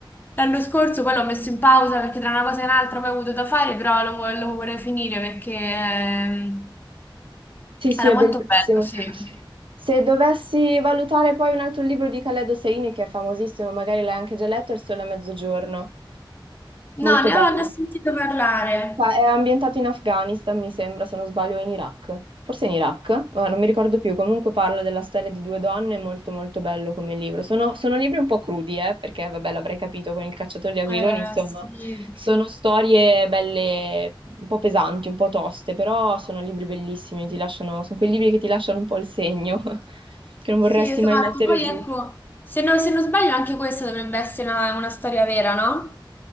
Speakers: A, on the left; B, on the right.
A: l'anno scorso, poi l'ho messo in pausa perché tra una cosa e un'altra poi ho avuto da fare, però lo, vo- lo vorrei finire perché ehm,
B: Sì, sì,
A: era
B: è
A: molto
B: bellissimo.
A: bello, sì.
B: Se dovessi valutare poi un altro libro di Khaled Hosseini, che è famosissimo, magari l'hai anche già letto, è Il Sole a Mezzogiorno. Molto
A: No, ne
B: bello.
A: ho, ne ho sentito parlare.
B: Ma è ambientato in Afghanistan, mi sembra, se non sbaglio, o in Iraq. Forse in Iraq, ma non mi ricordo più. Comunque parla della storia di due donne, è molto molto bello come libro. Sono, sono libri un po' crudi, eh, perché vabbè, l'avrei capito con Il cacciatore di aquiloni,
A: Eh,
B: insomma,
A: sì.
B: sono storie belle, un po' pesanti, un po' toste, però sono libri bellissimi, ti lasciano, sono quei libri che ti lasciano un po' il segno, <laughs> che non
A: Sì,
B: vorresti
A: esatto.
B: mai mettere
A: Poi
B: giù.
A: ecco, se non, se non sbaglio anche questa dovrebbe essere una, una storia vera, no?